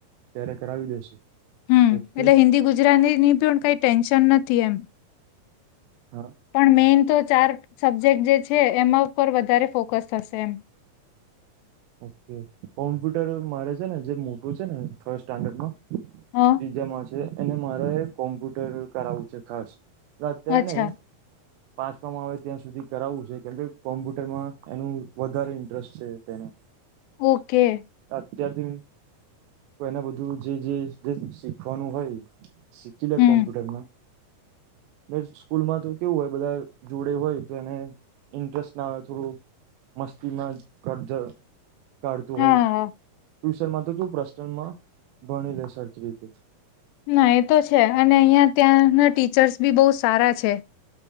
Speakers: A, on the right; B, on the left.
A: ત્યારે કરાવી દેશે
B: હમ્મ
A: ઓકે
B: એટલે હિન્દી ગુજરાતીની પણ કઈ ટેન્શન નથ થી એમ
A: હા
B: પણ મેઈન તો ચાર સબ્જેક્ટ જે છ છે એમાં ઉપર વધારે ફોકસ થશે એમ.
A: ઓકે કોમ્પ્યુટર મારે છે ને જે મોટું છે ને થર્ડ સ્ટાન્ડર્ડ માં.
B: હ
A: ત્રીજામાં છે એને મારે કોમ્પ્યુટર કરાવવું છે ખાસ. ના અત્યારે
B: અચ્છા
A: નઈ પાંચવામાં આવે ત્યાં સુધી કરાવવું છે કેમકે કોમ્પ્યુટરમાં એનું વધારે ઇન્ટરેસ્ટ છે તેને.
B: ઓકે.
A: અત્યારથી એને બધું જે જે શીખવાનું હોય. શીખી લે
B: હમ
A: કોમ્પ્યુટરમાં. ને સ્કૂલમાં તો કેવું હોય બધા જોડે હોય તો એને ઇન્ટરેસ્ટ ના આવે થોડું મસ્તીમાં કડ જ કાઢતું હોય
B: હા
A: ફ્યુસરમાં
B: હા
A: તો કેવું પર્સનલમાં ભણી લે સરખી રીતે.
B: ના એ તો છે અને અહિયાં ત્યાંના ટીચર્સ બી બો સારા છે.